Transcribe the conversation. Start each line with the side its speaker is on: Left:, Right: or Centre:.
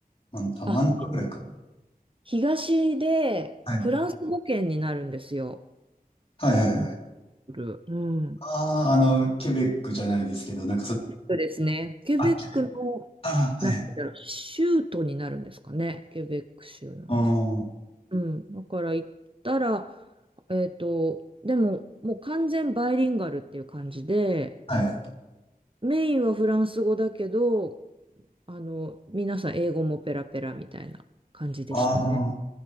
Left: 真んあ、真ん中ぐらいかな。
Right: あ東でフランス語圏になるんですよ。
Left: はい。はいはいはい。
Right: モンゴル。うん。
Left: ああ、あの、ケベックじゃないですけど、なんかそ、
Right: そうですね。ケベックの、
Left: あ、ケベック。ああ、
Right: なんて言うんだろう、
Left: はいはい。
Right: 州都になるんですかね。ケベック州の。
Left: おー
Right: うん。だから行ったら、えっと、でも、もう完全バイリンガルっていう感じで、
Left: はい。
Right: メインはフランス語だけど、あの、皆さん英語もペラペラみたいな感じでしたね。
Left: ああ、